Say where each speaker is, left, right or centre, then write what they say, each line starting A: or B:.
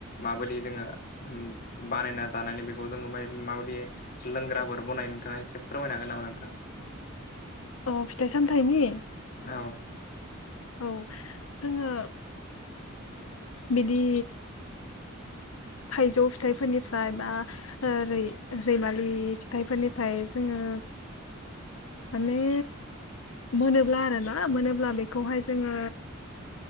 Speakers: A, on the left; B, on the left.
A: माबायदि जोङो बानायना जानानै बेखौ जोङो माबायदि लोंग्राफोर बनाय नोंथाङा एसे फोरमायनो हागोन नामा नोंथां?
B: औ फिथाइ सामथाइनि
A: औ
B: औ जोङो बिदि थाइजौ फिथाइफोरनिफ्राय बा रै -रैमालि फिथाइफोरनिफ्राय जोङो माने मोनोब्ला आरोना मोनोब्ला बे वहाय जोङो